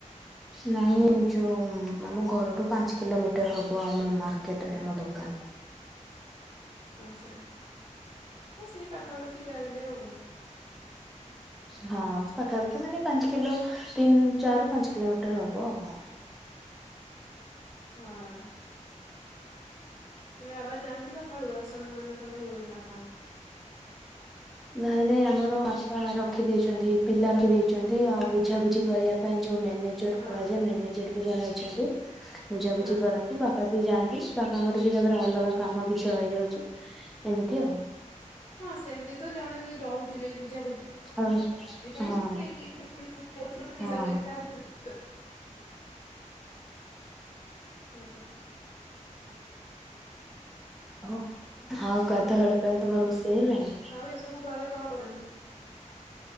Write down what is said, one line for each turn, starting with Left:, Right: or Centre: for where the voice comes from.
Centre: ନାଇଁ ଯୋଉ ଆମ ଘରଠୁ ପାଞ୍ଚ କିଲୋମିଟର ହବ ଆମ ମାର୍କେଟରେ ଆମ ଦୋକାନ।
Left: ଆଚ୍ଛା ହଁ ସେଇ ପାଖାପାଖି ଯାହା ବିହେଲେ ଆଉ କଣ।
Centre: ହଁ ପାଖାପାଖି ମାନେ ପାଞ୍ଚ କିଲୋ ତିନି ଚାରି ରୁ ପାଞ୍ଚ କିଲୋମିଟର ହବ ଆଉ।
Left: ହଁ। ମାନେ ବାବା ଯାଆନ୍ତି ସଖାଳୁ ଆସନ୍ତି ମାନେ ସନ୍ଧ୍ୟା ବେଳକୁ ନା କଣ।
Centre: ନାଇଁ ନାଇଁ ଆମର ବାପା ରଖିଦେଇଛନ୍ତି ପିଲା ରଖିଦେଇଛନ୍ତି ଆଉ ବୁଝାବୁଝି କରିବା ପାଇଁ ଯୋଉ ମ୍ୟାନେଜର
Left: ହଁ
Centre: କୁହାଯାଏ ମ୍ୟାନେଜର ବି ଜଣେ ଅଛନ୍ତି ବୁଝାବୁଝି
Left: ହଁ
Centre: କରନ୍ତି ବା ବାପା ବି ଯାଆନ୍ତି ବାପାଙ୍କର ବି ତାପରେ ଅଲଗା କାମ କିଛି ରହିଯାଉଛି ଏମିତି ଆଉ।
Left: ହଁ ସେମିତି ତ ଜଣେ ଯଉଥିବେ ବୁଝାବୁଝି
Centre: ଆଉ
Left: <unintelligible>
Centre: ହଁ ହଁ।
Left: ହୁଁ
Centre: ଓହ ଆଉ ଗାଧୁଆ ବେଳ ପାଇଁ ତମର ରୋଷେଇ ହେଲାଣି।
Left: ଆଉ ଏସବୁ ଘରେ କଣ କରନ୍ତି।